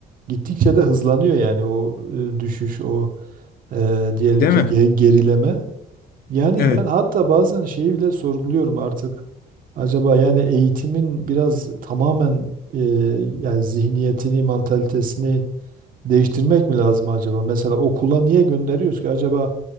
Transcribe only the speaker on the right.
gittikçe de hızlanıyor yani o e, düşüş o e, diyelim
ki
ge- gerileme. Yani
ben hatta bazen şeyi bile sorguluyorum artık. Acaba yani eğitimin biraz tamamen e, yani zihniyetini, mantalitesini değiştirmek mi lazım acaba? Mesela okula niye gönderiyoruz ki? Acaba